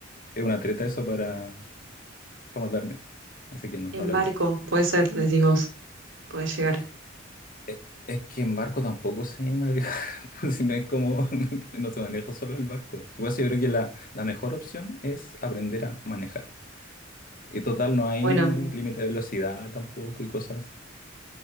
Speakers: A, on the left (about 45°); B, on the right (about 70°).
A: es una treta eso para para matarme. Así que no,
B: En
A: no lo
B: barco,
A: haré.
B: puede ser, decís vos, puedes llegar.
A: E- Es que en barco tampoco sé navegar, <laughs> pues si no es como, <laughs> no se maneja solo el barco. Supongo que yo creo que la, la mejor opción es aprender a manejar. Y total, no hay
B: Bueno,
A: límite de velocidad tampoco y cosas.